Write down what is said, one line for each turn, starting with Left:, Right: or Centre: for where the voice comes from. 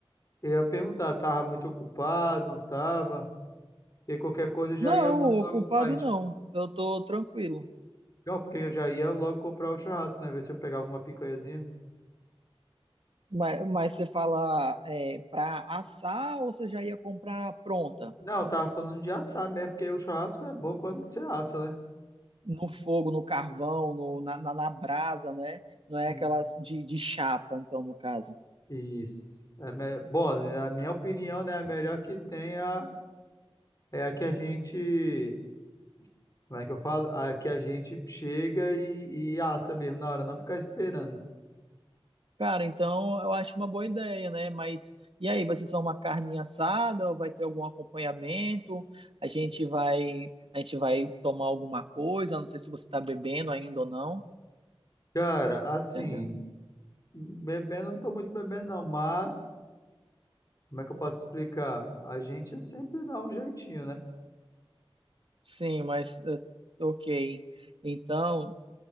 Left: eu ia perguntar, tava muito ocupado, não tava? E qualquer coisa eu já
Right: Não,
Left: ia fazer
Right: o
Left: logo,
Right: culpado
Left: a gente...
Right: não, eu tô tranquilo.
Left: Não, porque eu já ia logo comprar o churrasco, né? Ver se eu pegava uma picanhazinha.
Right: Mas, mas você fala é, para assar ou você já ia comprar pronta?
Left: Não, eu tava falando de assar mesmo, porque o churrasco é bom quando você assa, né?
Right: No fogo, no carvão, no- na, na, na brasa, né? Não é
Left: E-
Right: aquelas de, de chapa, então, no caso.
Left: Isso. É me- Bom, na minha opinião, né, a melhor que tem é a- é a que a gente, como é que eu falo? A que a gente chega e, e assa mesmo na hora, não ficar esperando.
Right: Cara, então eu acho uma boa ideia, né? Mas e aí, vai ser só uma carninha assada ou vai ter algum acompanhamento? A gente vai, a gente vai tomar alguma coisa, não sei se você está bebendo ainda ou não,
Left: Cara, assim,
Right: entendeu?
Left: bebendo não tô muito bebendo não, mas como é que eu posso explicar? A gente sempre dá um jeitinho, né?
Right: Sim, mas eh, ok. Então,